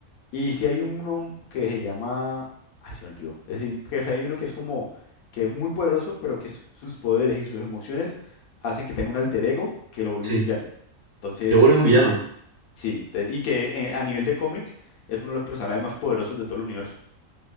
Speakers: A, on the left; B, on the right.
A: Y si hay uno que se llama... Ay, se me olvidó. Es decir, que hay uno que es como... que es muy poderoso, pero que su- sus poderes y sus emociones hacen que tenga un alter ego que lo vuelve
B: Sí.
A: un villano. Entonces,
B: Le vuelve un villano.
A: sí. te- Y que eh, a nivel de cómics es uno de los personajes más poderosos de todo el universo.